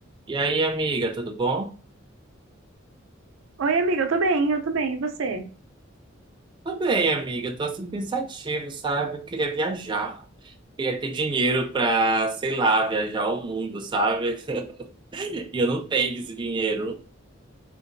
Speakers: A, on the right; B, on the right.
A: E aí, amiga, tudo bom?
B: Oi, amiga, eu tô bem, eu tô bem. E você?
A: Tô bem, amiga. Tô assim pensativo, sabe? Eu queria viajar. Queria ter dinheiro pra, sei lá, viajar o mundo, sabe? <laughs> E eu não tenho esse dinheiro.